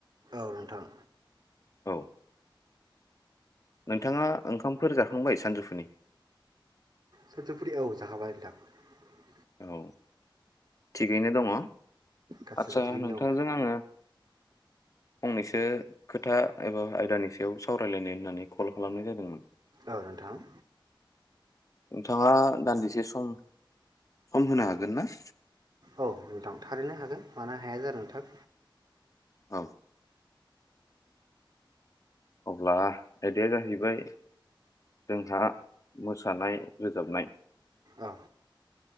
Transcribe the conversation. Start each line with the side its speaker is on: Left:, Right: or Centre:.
Right: औ नोंथां।
Left: औ। नोंथांङा ओंखामफोर जाखांबाय सानजौफुनि?
Right: सजफुरि औ जाहाबाय नोंथां।
Left: औ थिगैनो दङ।
Right: गासिबो
Left: आदसा
Right: थिगैनो
Left: नोंथांजों
Right: दं
Left: आंङो फंनैसो खोथा एबा आयदानि सायाव सावरायलायनाय होननानै कल खालामनाय जादोंमोन।
Right: औ नोंथां।
Left: नोंथांङा दान्दिसे सम खम होनो हागोन ना?
Right: औ नोंथां थारैनो हागोन मानो हाया जानो नोंथां।
Left: औ। अब्ला आयदाया जाहैबाय जोंहा मोसानाय रोजाबनाय
Right: औ